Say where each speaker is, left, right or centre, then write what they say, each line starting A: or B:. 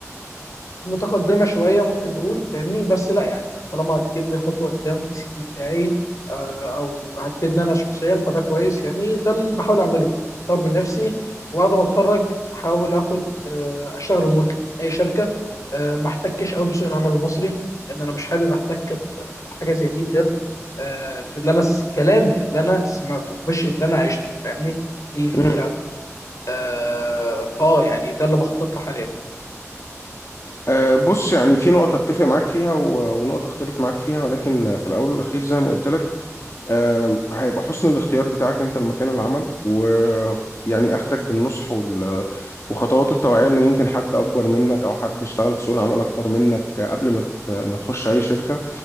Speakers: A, on the left; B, on the left.
A: متقدمه شويه ممكن نقول فاهمني بس لا يعني طالما هتجيبني خطوه قدام في السي في بتاعي آه، او هتفيدني انا شخصيا فده كويس يعني ده اللي بحاول اعمله اطور من نفسي وبعد ما اتخرج احاول اخد آه، اشتغل ريموتلي من اي شركه آه، ما احتكش قوي بسوق العمل المصري لان انا مش حابب احتك ب- بحاجه زي دي بجد آه، اللي انا الكلام اللي انا سمعته مش اللي انا عشته فاهمني في في
B: مم.
A: فرق آه، فاه يعني ده اللي بخطط له حاليا
B: أه بص يعني في نقطة أتفق معاك فيها و- ونقطة أختلف معاك فيها ولكن في الأول والأخير زي ما قلت لك آم، هيبقى حسن الاختيار بتاعك انت لمكان العمل ويعني اخدك بالنصح وال... وخطوات التوعية اللي ممكن حد اكبر منك او حد اشتغل في سوق العمل اكتر منك قبل ما ت- ما تخش اي شركة